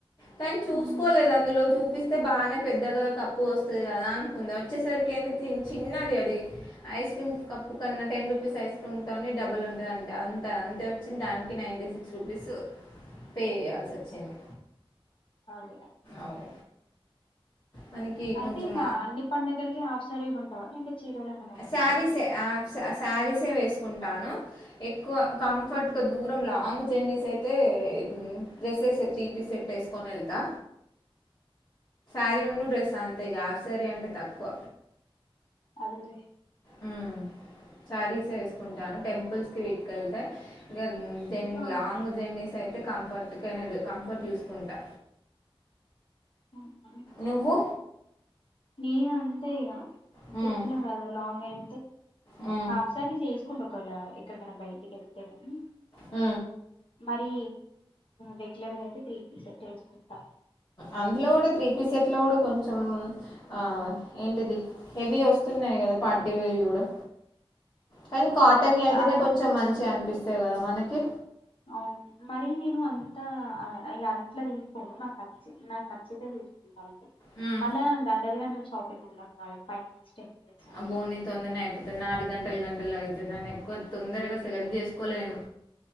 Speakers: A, on the left; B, on the left.
A: తను చూసుకోలేదు
B: ఉమ్
A: అందులో చూపిస్తే బానే పెద్దగా కప్ ప్ వస్తది కదా అనుకుంది వచ్చేసరికి ఏంది చిన్నది అది ఐస్ క్రీమ్ కప్పు కన్నా టెన్ రూపీస్ ఐస్ క్రీమ్తోనే డబుల్ ఉంటదం అంత అంతే వచ్చింది దానికి నైంటీ సిక్స్ రూపీస్ పే చేయాల్సి వచ్చింది
B: అదే
A: అవు మనకి
B: అయితే
A: కొంచెం
B: ఇంగ అన్ని పండగలకి హాఫ్ శారీ గొంటావ లేంటే చేరలేమైన కొంటావ
A: శారీసే శారీసే వేసుకుంటాను ఎక్కువ కంఫర్ట్గా దూరం లాంగ్ జర్నీస్ అయితే డ్రెస్సెసే త్రీ పీస్ సెట్ వేసుకొని వెళ్తా అరున్ను డ్రెస్ అంతే ఇగ హాఫ్ సారి అంటే తక్కువ
B: అదేలే
A: ఉమ్ శారీసే వేసుకుంటాను టెంపుల్స్ కి వీట్కెళ్తే ఇ జన్
B: ఆ
A: లాంగ్ జర్నీస్ అయితే కంఫర్ట్ కె కంఫర్ట్ చూసుకుంటా
B: అవ్నా
A: నువ్వు
B: నేను అంతే ఇగ
A: హ్మ్
B: చెప్పినా కదా లాంగ్ అయ్
A: హ్మ్
B: హాఫ్ సారీస్ వేసుకుంట ఒకవేళ ఎక్కడికైనా బయటికి ఎళ్తే గని
A: ఉ
B: మరి రెగ్యులర్గా అయితే త్రీ పీస్ సెట్ ఎసుకుంటా
A: అందులో కూడా త్రీపీ సెట్ లో కూడా కొంచెం కొ ఆ ఏంటిది హెవీ వస్తున్నాయి కదా ప కానీ కాటనియి
B: ఈ
A: అయితేనే
B: ఆ
A: కొంచెం మంచిగా అనిపిస్తది కదా మనకి
B: అవును మరి నేను అంతా ఇగ అట్ల తీసుకోను నాకచ్చి నాకు నచ్చితే తీసు
A: హ్మ్
B: మళ్ళా గంటలు గంటలు షాపింగ్ ఉండది నాది టెన్ మినిట్స్ అంతే
A: ఆ బోని తొందరనే అయిపోతది నాది గంటలు గంటలు అయితుంది నేను ఎక్కువ తొందరగా సెలెక్ట్ చేసుకోలేను